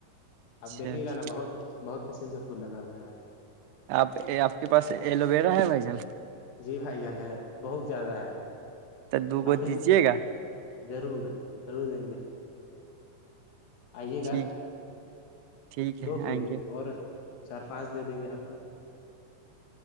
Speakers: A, on the left; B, on the right.
A: اب
B: چلیے
A: دیکھیے گا نا بہت بہت قسم کا پھول لگا ہوئے ہے
B: آپ آپ کے پاس ایلوویرا ہے بھائی جان
A: جی بھائی جان ہے بہت زیادہ ہے
B: تو دو گو
A: ہم بھی
B: دیجیے گا <unintelligible>
A: ضرور ضرور دیں گے آئیے گا
B: ٹھیک ٹھیک ہے
A: دو کیو
B: آئیں گے
A: اور چار پانچ دے دیں گے آپ کو